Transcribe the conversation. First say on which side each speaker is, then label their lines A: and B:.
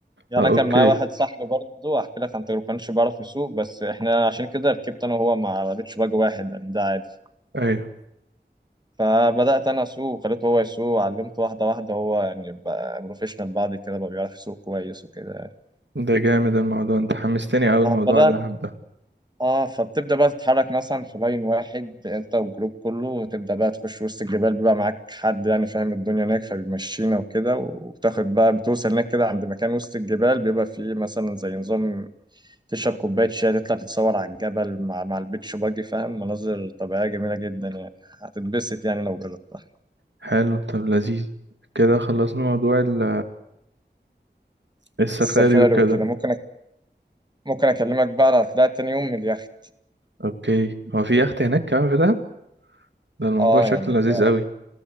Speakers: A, on the right; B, on the right.
A: يعني
B: اه
A: انا
B: اوكي
A: كان معايا واحد صاحبي برضه احكي لك عن تجربته ما كانش بيعرف يسوق بس احنا عشان كده ركبت انا وهو مع بيتش باج واحد يعني ده عادي
B: ايوه
A: فبدات انا اسوق وخليته هو يسوق علمته واحده واحده هو يعني بقى بروفيشنال بعد كده بقى بيعرف يسوق كويس وكده يعني.
B: ده جامد الموضوع انت حمستني اوي الموضوع
A: بدأنا
B: ده هبدأ
A: اه فبتبدأ بقى تتحرك مثلا في لاين واحد انت والجروب كله وتبدأ بقى تخش وسط الجبال بيبقى معاك حد يعني فاهم الدنيا هناك فبيمشينا وكده وبتاخد بقى بتوصل هناك كده عند مكان وسط الجبال بيبقى فيه مثلا زي نظام تشرب كوباية شاي تطلع تتصور على الجبل مع مع البيتش باجي فاهم مناظر طبيعية جميلة جدا يعني هتتبسط يعني لو جربتها
B: حلو طب لذيذ كده خلصنا موضوع ال- السفاري
A: السفاري
B: وكده
A: وكده ممكن أك... ممكن أكلمك بقى على طلعت تاني يوم من اليخت
B: اوكي هو في يخت هناك كمان في دهب ده الموضوع
A: اه
B: شكله
A: يعني انت
B: لذيذ